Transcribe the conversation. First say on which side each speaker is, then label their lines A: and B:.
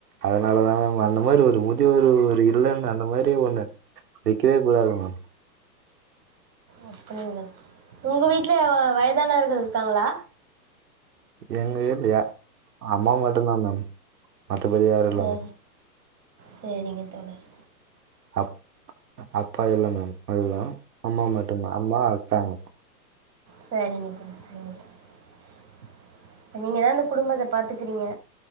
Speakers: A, on the right (about 65°); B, on the right (about 85°).
A: அதனால தாம அந்த மாரி ஒரு முதியவர் ஒரு இல்லன்னு அந்த மாரியே ஒன்னு வெக்கவே கூடாதுன்னு
B: அப்டிங்க உங்க வீட்ல வயதானவர்கள் இருக்காங்களா
A: எங்க வீட்லயா அம்மா மட்டுதா மேம் மத்தபடி யாரு
B: செரி
A: இல்ல மேம்
B: செரிங்க தோழர்
A: அப் அப்பா இல்ல மேம் அதுதா அம்மா மட்டுதா அம்மா அக்காங்க
B: செரிங்க தோழர் செரி தோழர் நீங்கதா அந்த குடும்பத்த பாத்துக்கறீங்க